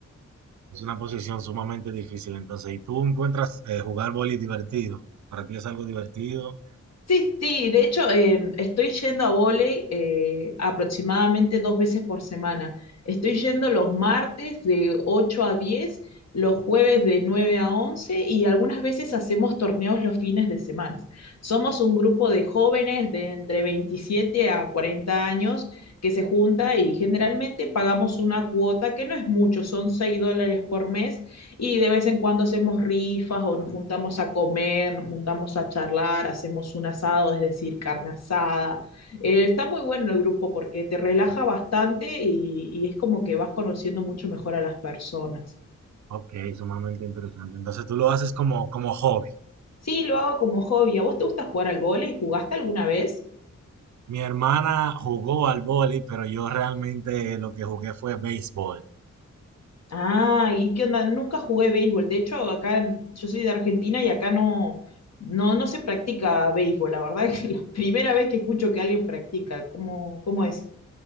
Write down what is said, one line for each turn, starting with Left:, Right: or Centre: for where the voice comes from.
Right: es una posición sumamente difícil entonces. ¿Y tú encuentras eh, jugar voleibol divertido? ¿Para ti es algo divertido?
Left: Sí, sí, de hecho em, estoy yendo a vóley eh, aproximadamente dos veces por semana. Estoy yendo los martes de 8 a 10, los jueves de 9 a 11, y algunas veces hacemos torneos los fines de semana. Somos un grupo de jóvenes de entre 27 a 40 años que se junta y generalmente pagamos una cuota que no es mucho, son 6 dólares por mes y de vez en cuando hacemos rifas o nos juntamos a comer, nos juntamos a charlar, hacemos un asado, es decir, carne asada. Eh, está muy bueno el grupo porque te relaja bastante y, y es como que vas conociendo mucho mejor a las personas.
Right: Ok, sumamente interesante. Entonces tú lo haces como, como hobby.
Left: Sí, lo hago como hobby. ¿A vos te gusta jugar al vóley? ¿Jugaste alguna vez?
Right: Mi hermana jugó al voleibol, pero yo realmente lo que jugué fue béisbol.
Left: Ah, ¿y qué onda? Nunca jugué béisbol. De hecho, acá en- yo soy de Argentina y acá no, no, no se practica béisbol. La verdad <laughs> es que la primera vez que escucho que alguien practica, ¿cómo, cómo es?